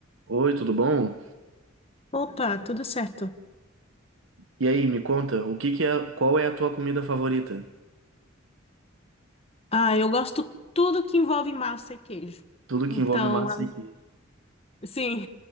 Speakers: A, on the right; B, on the left.
A: Oi, tudo bom?
B: Opa, tudo certo.
A: E aí, me conta, o que que é, qual é a tua comida favorita?
B: Ah, eu gosto tudo que envolve massa e queijo.
A: Tudo que
B: Então,
A: envolve massa
B: la-
A: e queijo.
B: sim,